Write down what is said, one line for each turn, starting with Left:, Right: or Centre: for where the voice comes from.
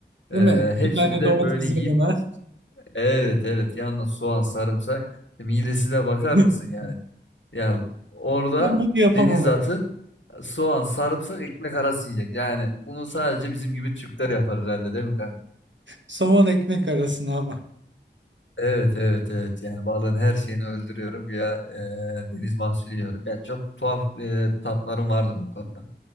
Left: E,
Right: Değil mi? İki
Left: hepsini
Right: tane
Left: de
Right: domates
Left: böyle yiyip
Right: yanına.
Left: evet evet yanına soğan sarımsak e, midesine bakar
Right: <laughs>
Left: mısın yani? Yani orada
Right: Ben bunu yapamam
Left: deniz atı soğan sarımsak ekmek arası yiyecek. Yani bunu sadece bizim gibi Türkler yapar herhalde değil mi kanka?
Right: Somon ekmek arasına ama.
Left: Evet evet evet yani balığın her şeyini öldürüyorum ya e, deniz mahsulü yiyorum. Ya çok tuhaf e, tatlarım vardır o konuda.